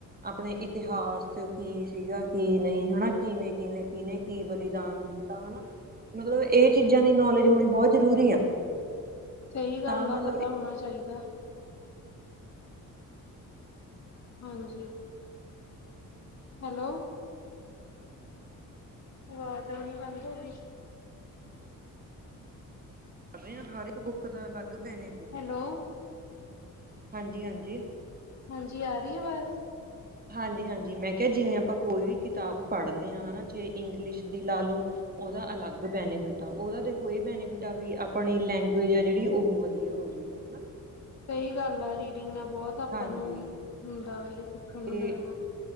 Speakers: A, on the right (about 25°); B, on the left (about 50°).
A: ਆਪਣੇ ਇਤਿਹਾਸ ਕੀ ਸੀਗਾ ਕੀ ਨਹੀਂ ਹੈ ਕਿਵੇਂ ਕਿਵੇਂ ਕੀਨੇ ਕੀ ਬਲੀਦਾਨ ਕੀਤਾ ਹਨਾ ਮਤਲਬ ਇਹ ਚੀਜ਼ਾਂ ਦੀ ਨੌਲੇਜ ਹੋਣੀ ਬਹੁਤ ਜ਼ਰੂਰੀ ਆ
B: ਸਹੀ ਗੱਲ
A: ਤਾਂ
B: ਦਾ
A: ਮਤਲਬ
B: ਪਤਾ ਹੋਣਾ ਚਾਹੀਦਾ ਹਾਂਜੀ ਹੈਲੋ ਆਵਾਜ਼ ਆਉਣੀ ਬੰਦ ਹੋ ਗਈ।
A: <unintelligible> ਹਰ ਇੱਕ ਬੁੱਕ ਦਾ ਅਲੱਗ ਭੈਨੇ
B: ਹੈਲੋ
A: ਹਾਂਜੀ ਹਾਂਜੀ
B: ਹਾਂਜੀ ਆ ਰਹੀ ਆਵਾਜ਼
A: ਹਾਂਜੀ ਹਾਂਜੀ ਮੈਂ ਕਿਹਾ ਜਿਵੇਂ ਆਪਾਂ ਕੋਈ ਵੀ ਕਿਤਾਬ ਪੜ੍ਹਦੇ ਹਾਂ ਨਾ ਚਾਹੇ ਇੰਗਲਿਸ਼ ਦੀ ਲਾ ਲਓ ਉਹਦਾ ਅਲੱਗ ਬੈਨੀਫਿਟ ਆ ਉਹਦਾ ਦੇਖੋ ਇਹ ਬੈਨੀਫਿਟ ਆ ਵੀ ਆਪਣੀ ਲੈਂਗੁਜ ਆ ਜਿਹੜੀ ਉਹ ਵਧੀਆ ਹੋ ਜੂ <unintelligible>
B: ਸਹੀ ਗੱਲ ਆ ਰੀਡਿੰਗ ਨਾਲ ਬਹੁਤ ਆਪਾਂ
A: ਹਾਂਜੀ
B: ਨੂੰ ਹੁੰਦਾ ਵੀ ਸਿੱਖਣ ਨੂੰ
A: ਤੇ
B: ਮਿਲਦਾ